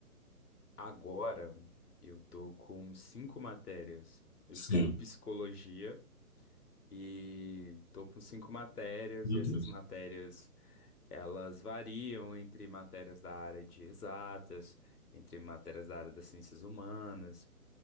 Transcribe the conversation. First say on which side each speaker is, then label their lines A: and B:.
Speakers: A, on the left; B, on the left.
A: Agora eu tô com cinco matérias. Eu
B: Sim.
A: estudo psicologia e tô com cinco matérias,
B: Meu
A: e
B: Deus.
A: essas matérias elas variam entre matérias da área de exatas, entre matérias da área das ciências humanas.